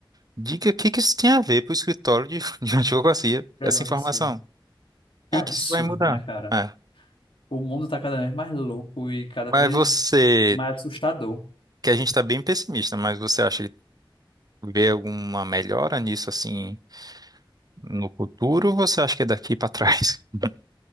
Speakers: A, on the right; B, on the left.
A: Diga o que que isso tinha a ver pro escritório de, <laughs> de advocacia,
B: grande
A: essa
B: advocacia.
A: informação. O
B: É
A: que
B: absurdo,
A: que isso vai mudar?
B: né, cara?
A: É.
B: O mundo tá cada vez mais louco e cada
A: Mas
B: vez
A: você,
B: mais assustador.
A: que a gente está bem pessimista, mas você acha que vê alguma melhora nisso assim no futuro ou você acha que é daqui para trás? <laughs>